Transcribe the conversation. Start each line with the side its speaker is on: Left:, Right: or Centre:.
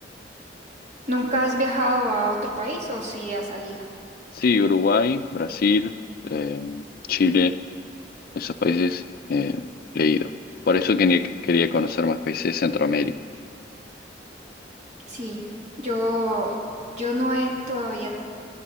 Right: ¿Nunca has viajado a otro país o sí has salido?
Left: Sí, Uruguay, Brasil, eh, Chile, esos países eh, he ido. Por eso quería, quería conocer más países de Centroamérica.
Right: Sí, yo, yo no he todavía